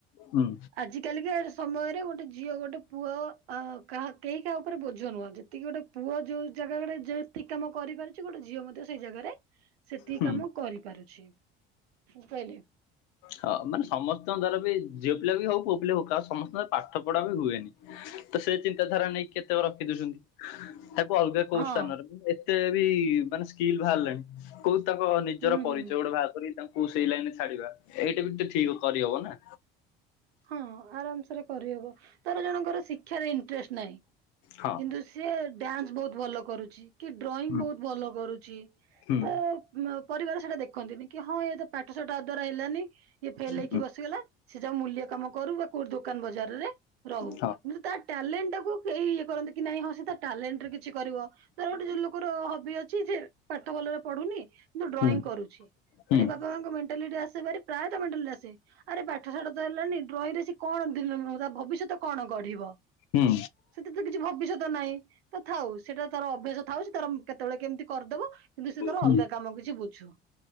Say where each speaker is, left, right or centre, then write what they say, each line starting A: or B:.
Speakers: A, on the left; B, on the right.
A: ହୁଁ
B: ଆଜି କାଲିକା ସମୟରେ ଗୋଟେ ଝିଅ ଗୋଟେ ପୁଅ ଆ କାହା କେହି କାହା ଉପରେ ବୋଝ ନୁହଁ ଯେତିକି ଗୋଟେ। ପୁଅ ଯୋଉ ଜାଗା ଗୋଟେ ଯେତି କାମ କରିପାରୁଛି ଗୋଟେ ଝିଅ ମଧ୍ୟ ସେଇ ଜାଗାରେ। ସେତିକି
A: ହୁଁ
B: କାମ କରିପାରୁଛି ବୁଝିପାଇଲେ।
A: ହଁ ମାନେ ସମସ୍ତଙ୍କ ଦ୍ୱାରା ବି ଝିଅ ପିଲା ବି ହଉ ପୁଅ ପିଲା ହଉ ଆଉ ସମସ୍ତଙ୍କର ପା ଠ ପଢା ବି ହୁଏନି ତ ସେ ଚିନ୍ତାଧାରା ନେଇକି କେ। ତକ ରଖି ଦଉଛନ୍ତି ତାକୁ ଅଲଗା କୋଉ
B: ହଁ
A: ସ୍ଥାନରୋନ ଏତେ ବି ମାନେ ସ୍କିଲ୍ ବାହାରିଲେଣି। କୋଉ ତାଙ୍କ ନିଜର
B: ହୁଁ
A: ପରିଚୟ
B: ହୁଁ
A: ଗୋଟେ ବାହାର କରିିକି ତାଙ୍କୁ। କୁ ସେଇ ଲାଇନ ରେ ଛାଡିବା ଏଇଟା ବି ତ ଠିକ କରିହବ ନା।
B: ହଁ ଆରାମସରେ କରିହବ ତାର ଜଣଙ୍କର ଶିକ୍ଷାରେ ଇଣ୍ଟରେଷ୍ଟ ନାହିଁ
A: ହଁ।
B: କିନ୍ତୁ ସେ ସେ ଡ୍ୟାନ୍ସ ବହୁତ ଭଲ କରୁଛି କି ଡ୍ରଇଂ
A: ହୁଁ
B: ବହୁତ ଭଲ କରୁଛି
A: ହୁଁ
B: ତ ଉ ମ ପରିବାର ସେଇଟା ଦେଖନ୍ତିନି କି ହଁ ଏତ ପାଠଶାଠା ଆ ଦ୍ୱାରା ହେଲାନି। ଇଏ ଫେଲ ହେଇକି
A: ହୁଁ
B: ବସିଗଲା ସେ ଯଉ ମୂଲ୍ୟ କାମ କରୁ ବା କୋଉଠି ଦୋକାନ ବଜାରରେ। ରହୁ
A: ହଁ
B: କିନ୍ତୁ ତା ଟ୍ୟାଲେଣ୍ଟ ଟାକୁ କେହିଁ ଇଏ କରନ୍ତି କି ନାଇଁ ହଁ ସେ ତା ଟ୍ୟାଲେଣ୍ଟରେ କିଛି କରିବ।
A: ହ।
B: ର ହବି ଅଛି ଝେ ପାଠ ଭଲରେ ପଢୁନି କିନ୍ତ ଡ୍ରଇଂ
A: ହୁଁ
B: କରୁଛି
A: ହୁଁ।
B: ହେଟି ବ ବାଙ୍କ ମେଣ୍ଟାଲିଟି ଆସେ ଭାରି ପ୍ରାଏତ ମେଣ୍ଟାଲିଟି ଆସେ ଆରେ ପାଠ ଶାଠ ତ ହେଲାଣି। ଦେ ସି କଣ ଦି <unintelligible> ଭବିଷ୍ୟତ କଣ ଗଢିବ।
A: ହୁଁ।
B: ସେଥି ତ କିଛି ଭବିଷ୍ୟତ ନାହିଁ ତଥାଉ ସେଇଟା। ତାର ଅଭ୍ୟାସ ଥାଉ ସେ ତାର ଉ କେତେବେଳେ କେମିତି କରିଦବ କିନ୍ତୁ ସେ ତର
A: ହୁଁ।
B: ଅଲଗା କାମ କିଛି ବୁଝୁ।